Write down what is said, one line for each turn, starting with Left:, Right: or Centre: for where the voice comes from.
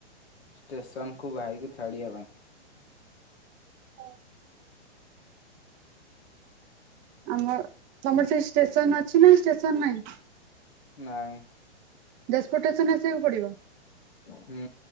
Left: ଷ୍ଟେସନକୁ ଭାଇକୁ ଛାଡ଼ିବା ପାଇଁ।
Right: ଓ ଆମ ତମର ସେ ଷ୍ଟେସନ୍ ଅଛି ନା ଷ୍ଟେସନ୍ ନାହିଁ।
Left: ନାଇଁ
Right: ଯାଜପୁର ଷ୍ଟେସନ୍ ଆସିବାକୁ ପଡ଼ିବ।
Left: ହୁଁ